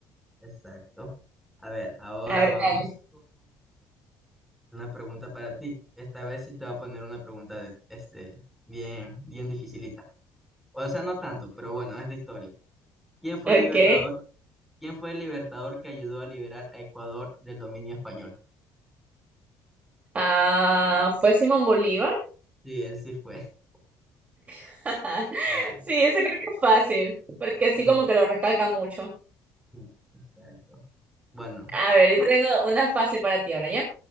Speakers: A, in the centre; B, on the right (about 20°).
A: Exacto. A ver, ahora
B: A ver,
A: vamos
B: dale.
A: Una pregunta para ti. Esta vez sí te voy a poner una pregunta de- este, bien, bien dificilita. O sea, no tanto, pero bueno, es de historia. ¿Quién fue
B: Ok.
A: el libertador? ¿Quién fue el libertador que ayudó a liberar a Ecuador del dominio español?
B: Ah, ¿fue Simón Bolívar?
A: Sí, él sí fue. <laughs>
B: <laughs> Ajá.
A: Ah,
B: Sí, eso creo que es fácil, porque así
A: mm,
B: como que lo recalca mucho.
A: mm, exacto. Bueno,
B: A ver, yo tengo una fácil para ti ahora, ¿ya?